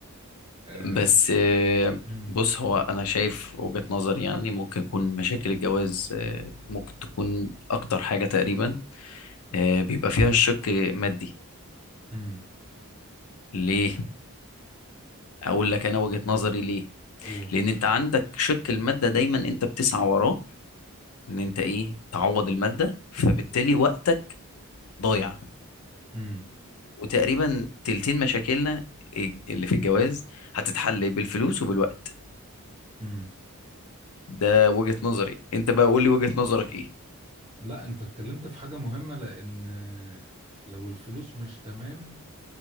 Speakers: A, on the right; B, on the left.
A: آه.
B: بس آه،
A: امم
B: بص هو انا شايف وجهة نظري يعني ممكن يكون مشاكل الجواز آه، ممكن تكون اكتر حاجة تقريبا آه، بيبقى فيها الشق مادي
A: امم
B: ليه اقول لك انا وجهة نظري ليه
A: قول
B: لان انت عندك شق المادة دايما انت بتسعى وراه ان انت ايه تعوض المادة فبالتالي وقتك ضايع
A: امم
B: وتقريبا تلتين مشاكلنا اللي في الجواز هتتحل بالفلوس وبالوقت
A: امم
B: ده وجهة نظري انت بقى قول لي وجهة نظرك ايه
A: لا انت اتكلمت في حاجة مهمة لان آه، لو الفلوس مش تمام